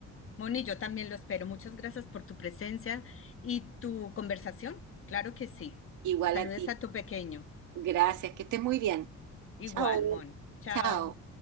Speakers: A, on the left; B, on the right.
A: Moni, yo también lo espero. Muchas gracias por tu presencia y tu conversación. Claro que sí.
B: Igual
A: Saludes
B: a ti.
A: a tu pequeño.
B: Gracias, que estés muy bien.
A: Igual,
B: Chao,
A: Moni. Chao.
B: chao.